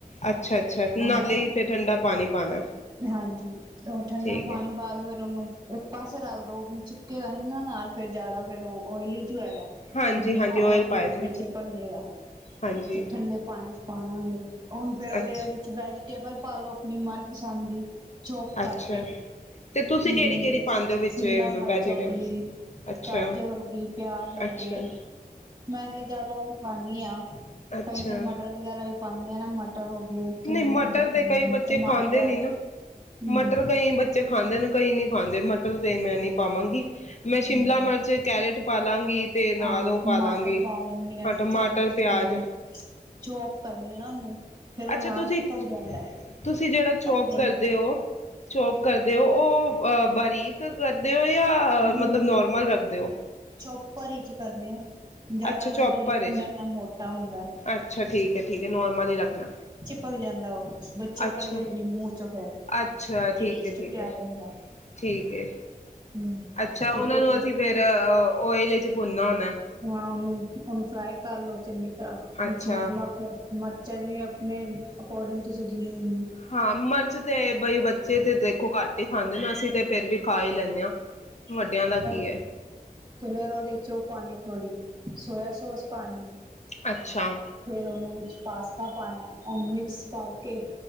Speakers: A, on the left; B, on the right.
A: ਅੱਛਾ ਅੱਛਾ ਨਾਲੇ
B: ਹਾਂ-ਹਾਂ
A: ਹੀ ਫਿਰ ਠੰਡਾ ਪਾਣੀ ਪਾਉਣਾ
B: ਹਾਂਜੀ, ਉਹ ਠੰਡਾ
A: ਠੀਕ
B: ਪਾਣੀ
A: ਹੈ
B: ਪਾ ਕੇ ਫਿਰ ਉਹਨੂੰ ਇੱਕ ਪਾਸੇ ਰੱਖ ਦੋ ਵਿਚ <unintelligible> ਨਾ ਨਾਲ ਫੇਰ ਜਿਆਦਾ ਫੇਰ ਉਹ ਓਇਲੀ ਕੀ ਹੈਗਾ ਏ?
A: ਹਾਂਜੀ
B: ਬਿਨਾਂ
A: ਹਾਂਜੀ
B: ਓਇਲ
A: ਪਾਇਆ
B: ਦੇ
A: ਸੀ
B: ਵਿੱਚ ਚਿਪਕ ਜੇਗਾ,
A: ਹਾਂਜੀ
B: ਤੇ ਠੰਡੇ ਪਾਣੀ ਚ ਪਾਣਾ ਉਹਨੇ, ਹੁਣ ਫੇਰ
A: ਅੱਛਾ
B: ਉਹਦੇ-ਉਹਦੇ ਚ ਬਹਿ ਟੇਬਲ ਪਾ ਲੋ ਆਪਣੀ ਮਨਪਸੰਦ ਦੀ। ਚੋਪ ਕਰਕੇ
A: ਅੱਛਾ ਤੇ ਤੁਸੀਂ
B: <unintelligible>
A: ਕਿਹੜੀ ਕਿਹੜੀ ਪਾਉਂਦੇ ਹੋ ਵਿੱਚ
B: ਸਿਮਲਾ ਮਰਚ
A: ਵੈਜੀਟੇਬਲਸ
B: ਹੋ ਗਈ,
A: ਅੱਛਾ
B: ਗਾਜਰ ਹੋ ਗਈ, ਪਿਆਜ ਹੋ
A: ਅੱਛਾ
B: ਗਏ। ਮੈਂ ਤੇ ਜਿਆਦਾ ਖਾਣੀ ਹਾਂ।
A: ਅੱਛਾ
B: ਕਈ ਤੇ ਮਟਰ ਵਗੈਰਾ ਪਾਉਦੇ ਆ ਨਾ ਮਟਰ ਹੋ ਗਏ ਕਈ
A: ਨਹੀਂ ਮਟਰ
B: ਚੀਜ਼ਾਂ
A: ਤੇ
B: ਪਾਂਦੇ
A: ਕਈ
B: ਨੇ
A: ਬੱਚੇ
B: ਟਮਾਟਰ
A: ਖਾਂਦੇ ਨੀ ਨਾ,
B: ਹੂੰ
A: ਮਟਰ ਕਈ ਬੱਚੇ ਖਾਂਦੇ ਨੇ, ਕਈ ਨਹੀਂ ਖਾਂਦੇ ਮਟਰ ਮਟਰ ਤੇ ਮੈਂ ਨੀ ਪਾਵਾਂਗੀ।
B: ਹੂੰ,
A: ਮੈਂ ਸ਼ਿਮਲਾ ਮਿਰਚ ਕੈਰਟ ਪਾ ਲਾਂਗੀ ਤੇ ਨਾਲ
B: ਹਾਂ
A: ਉਹ
B: ਟਮਾਟਰ
A: ਪਾ ਲਾਂਗੀ।
B: ਪਾ ਲੈਣੀ ਆ
A: ਹਾਂ
B: <unintelligible> ਚੀਜ਼ਾਂ
A: ਟਮਾਟਰ ਪਿਆਜ
B: ਨੀ, ਚੋਪ ਕਰਨੀ ਆ ਨਾ ਉਹਨੂੰ ਫੇਰ ਉਹ
A: ਅੱਛਾ
B: ਨਾਲ
A: ਤੁਸੀਂ
B: ਚਿਪਕ ਜਾਂਦਾ ਐ।
A: ਤੁਸੀਂ ਜਿਹੜਾ ਚੋਪ
B: ਕੱਟਦੇ
A: ਕਰਦੇ
B: ਨੀ
A: ਹੋ ਚੋਪ ਕਰਦੇ ਹੋ ਉਹ ਆ ਬਾਰੀਕ ਕਰਦੇ ਹੋ ਜਾਂ
B: ਮੈਂ
A: ਮਤਲਬ ਨੋਰਮਲ ਰੱਖਦੇ ਹੋ
B: ਚੋਪਰ ਵਿਚ ਕਰਨੇ ਆ ਜਿਆਦਾ
A: ਅੱਛਾ
B: ਨਾ
A: ਚੋਪਰ
B: ਬਰੀਕ
A: ਏ
B: ਹੁੰਦਾ ਨਾ ਮੋਟਾ ਹੁੰਦਾ
A: ਅੱਛਾ ਠੀਕ ਹੈ ਠੀਕ ਹੈ ਨੋਰਮਲ ਹੀ ਰੱਖਣਾ।
B: ਕ ਜਾਂਦਾ ਉਹ ਬੱਚੇ
A: ਅੱਛਾ।
B: ਕੱਢਦੇ ਵੀ ਨੀ ਮੂੰਹ ਚੋਂ ਫੇਰ
A: ਅੱਛਾ ਠੀਕ
B: ਟੇਸਟ
A: ਹੈ ਠੀਕ
B: ਵੀ
A: ਹੈ
B: ਆ ਜਾਂਦਾ।
A: ਠੀਕ। ਤੇ
B: ਹੂੰ
A: ਅੱਛਾ
B: ਤੇ
A: ਉਹਨਾਂ
B: ਫੇਰ
A: ਨੂੰ ਅਸੀਂ ਫੇਰ ਆ ਉਹ ਇਹਦੇ ਚ ਭੁੰਨਨਾ ਆ
B: ਹਾਂ ਉਹਨੂੰ ਉਹਨੂੰ ਫਰਾਏ ਕਰ ਲੋ ਚੰਗੀ ਤਰ੍ਹਾਂ
A: ਅੱਛਾ।
B: ਵਿੱਚ ਨਮਕ ਮਰਚਾ ਜਿਵੇਂ ਅਕੋਰਡਿੰਗ ਤੁਸੀਂ ਜਿਵੇਂ ਹੂੰ
A: ਹਾਂ ਮਰਚ ਤੇ ਬਈ ਬੱਚੇ ਤੇ ਦੇਖੋ ਘੱਟ ਹੀ ਖਾਂਦੇ ਨਾ ਅਸੀਂ ਤੇ ਫੇਰ ਵੀ ਖਾਈ ਲੈਂਦੇ ਹਾਂ ਵੱਡਿਆਂ
B: ਹਾਂ
A: ਦਾ ਕੀ ਹੈ
B: ਤੇ ਫਰ ਉਹਦੇ ਚੋ ਪਾਣੀ ਥੋੜੀ ਸੋਇਆ ਸੋਸ ਪਾਣੀ ਆ
A: ਅੱਛਾ
B: ਫੇਰ ਉਹਨੂੰ ਪਾਸਤਾ ਪਾਣਾ ਉਹ ਮਿਕਸ ਕਰਕੇ